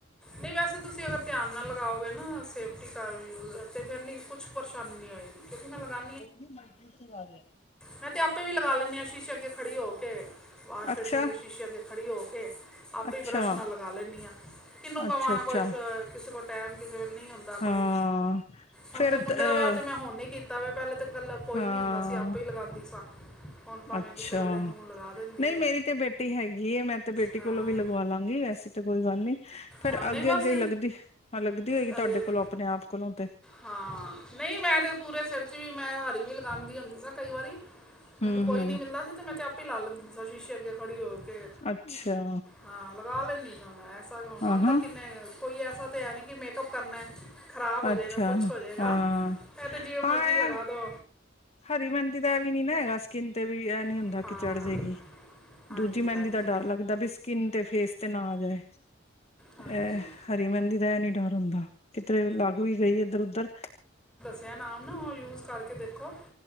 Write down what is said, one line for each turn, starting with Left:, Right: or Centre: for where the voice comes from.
Centre: ਨਈ ਵੈਸੇ ਤੁਸੀਂ ਅਗਰ ਧਿਆਨ ਨਾਲ ਲਗਾਓਗੇ ਨਾ ਸੇਫਟੀ ਕਰ ਯੂਸ ਅਤੇ ਫੇਰ ਨੀ ਕੁਛ ਪਰੇਸ਼ਾਨੀ ਨੀ ਹੋਏਗੀ। ਕਿਉਂਕਿ ਮੈਂ ਲਗਾ
Left: ਓਨਲੀ ਨੈਵੀਗੇਸ਼ਨ ਆ ਰਿਐ।
Centre: ਮੈਂ ਤੇ ਆਪੇ ਵੀ ਲਗਾ ਲੈਂਨੀ ਆ, ਸ਼ੀਸ਼ੇ ਅੱਗੇ ਖੜੀ ਹੋ ਕੇ, ਵਾਸ਼
Left: ਅੱਛਾ,
Centre: ਪੇਸ਼ਣ ਦੇ ਸ਼ੀਸ਼ੇ ਅੱਗੇ ਖੜੀ ਹੋ ਕੇ ਆਪੇ
Left: ਅੱਛਾ,
Centre: ਈ ਬਰੱਸ਼ ਨਾਲ ਲਗਾ ਲੈਂਣੀ ਆਂ। ਕਿਨੂੰ ਕਵਾਂ
Left: ਅੱਛਾ, ਅੱਛਾ
Centre: ਕੋਈ ਸ ਕਿਸੇ ਕੋਲ ਟੈਮ ਕਿਸੇ ਵੇਲੇ ਨਈ ਹੁੰਦਾ। ਕੋਈ
Left: ਹਾਂ
Centre: ਹੁਣ
Left: ਫੇਰ
Centre: ਤੇ ਮੁੰਡੇ
Left: ਅ
Centre: ਦਾ ਵਿਆ ਤੇ ਮੈਂ ਹੁਣ ਈ ਕੀਤਾ ਵੇ। ਪੈਲੇ ਤਾਂ ਕਲਾ ਕੋਈ
Left: ਹਾਂ,
Centre: ਨੀ ਹੁੰਦਾ ਸੀ ਆਪੇ ਈ ਲਗਾਂਦੀ ਸਾਂ। ਹੁਣ ਭਾਵੇਂ
Left: ਅੱਛਾ,
Centre: ਕਿਸੇ ਵੇਲੇ ਨੂੰ ਲਗਾ ਦਿੰਦੀ
Left: ਨਈ
Centre: ਹੈ
Left: ਮੇਰੀ ਤੇ ਬੇਟੀ ਹੈਗੀ ਏ, ਮੈਂ ਤੇ ਬੇਟੀ
Centre: ਹਾਂ
Left: ਕੋਲੋਂ ਵੀ ਲਗਵਾ ਲਾਂਗੀ। ਵੈਸੇ ਤੇ ਕੋਈ ਗੱਲ ਨੀ। ਫੇਰ
Centre: ਹਾਂ ਨਹੀਂ
Left: ਅੱਗੇ
Centre: ਬਸ
Left: ਅੱਗੇ ਈ ਲੱਗਦੀ ਹਾਂ ਲੱਗਦੀ ਹੋਏਗੀ
Centre: ਕੱਲ
Left: ਤਾਡੇ ਕੋਲੋਂ ਅਪਣੇ-ਆਪ ਕੋਲੋਂ ਤੇ?
Centre: ਹਾਂ, ਨਈ ਮੈਂ ਤੇ ਪੂਰੇ ਸੇਰ ਚ ਵੀ ਮੈਂ ਹਰੀ ਵੀ ਲਗਾਂਦੀ ਹੁੰਦੀ ਸਾਂ ਕਈ ਵਾਰੀ। ਮੈਨੂੰ
Left: ਹੂੰ-ਹੂੰ
Centre: ਕੋਈ ਨੀ ਮਿਲਦਾ ਸੀ ਤੇ ਮੈਂ ਤੇ ਆਪੇ ਈ ਲਾ ਲੈਂਦੀ ਸਾਂ ਸ਼ੀਸ਼ੇ ਅੱਗੇ ਖੜੀ ਹੋ ਕੇ।
Left: ਅੱਛਾ
Centre: ਹਾਂ, ਲਗਾ ਲੈਂਦੀ ਸਾ ਮੈਂ, ਐਸਾ ਕਿਉਂ
Left: ਆਹਾਂ
Centre: ਅੰਦਰ ਕਿੰਨੇ ਕੋਈ ਐਸਾ ਤੇ ਹੈ ਨੀ ਕੀ ਮੇਕਅਪ ਕਰਨੈ, ਖਰਾਬ ਹੋ
Left: ਅੱਛਾ
Centre: ਜੇਗਾ। ਕੁਛ ਹੋ ਜੇਗਾ,
Left: ਹਾਂ,
Centre: ਐ ਤੇ ਜਿਵੇਂ ਮਰਜ਼ੀ
Left: ਹਾਂ ਇਹ
Centre: ਲਗਾ ਦੋ।
Left: ਹਰੀ ਮੈਂਦੀ ਦਾ ਐਵੀ ਨੀ ਨਾ ਹੈਗਾ, ਸ ਸਕਿੰਨ ਤੇ ਵੀ ਐ ਨੀ
Centre: ਹਾਂ
Left: ਹੁੰਦਾ ਕਿ ਚੜ ਜੇਗੀ।
Centre: ਹਾਂਜੀ
Left: ਦੂਜੀ ਮੈਂਦੀ
Centre: ਹਾਂਜੀ
Left: ਦਾ ਡਰ ਲੱਗਦੈ ਬੀ ਸ ਕਿੰਨ ਤੇ ਫੇਸ ਤੇ ਨਾ ਆ ਜਾਏ।
Centre: ਹਾਂਜੀ
Left: ਐ ਹਰੀ ਮੈਂਦੀ ਦਾ ਐ ਨੀ ਡਰ ਹੁੰਦਾ, ਕਿਧਰੇ ਲੱਗ ਵੀ ਗਈ ਏਧਰ-ਊਧਰ
Centre: ਕਯਾ ਨਾਮ ਨਾ ਓ ਯੂਜ ਕਰਕੇ ਦੇਖੋ